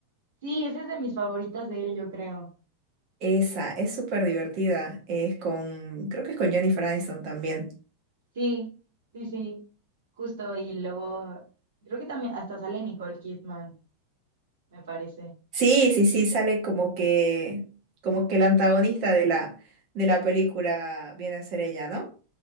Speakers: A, on the right; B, on the right.
A: Sí, esa es de mis favoritas de él, yo creo.
B: Esa es súper divertida. Es con, creo que es con Jennifer Aniston también.
A: Sí, sí, sí, justo. Y luego, creo que también hasta sale Nicole Kidman, me parece.
B: Sí, sí, sí, sale como que, como que el antagonista de la, de la película viene a ser ella, ¿no?